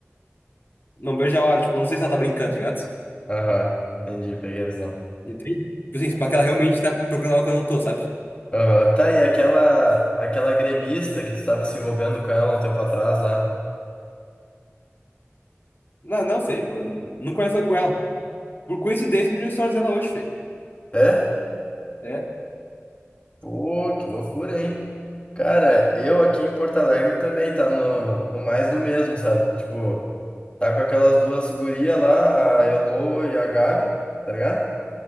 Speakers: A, on the left; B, on the left.
A: não vejo a hora, tipo, eu não sei se ela tá brincando, tá ligado?
B: Aham. Entendi, peguei a visão.
A: Entende? Tipo assim, tipo, que ela realmente tá procurando algo que eu não tô, sabe?
B: Aham. Tá, e aquela, aquela gremista que tu tava se envolvendo com ela um tempo atrás lá.
A: Não, não, sei, eu nunca mais falei com ela. Por coincidência, podia stories dela hoje, feio.
B: É?
A: É?
B: Pô, que loucura, hein? Cara, eu aqui em Porto Alegre também tá no, no mais do mesmo, sabe? Tipo, tá com aquelas duas gurias lá, a Elô e a Gabi, tá ligado?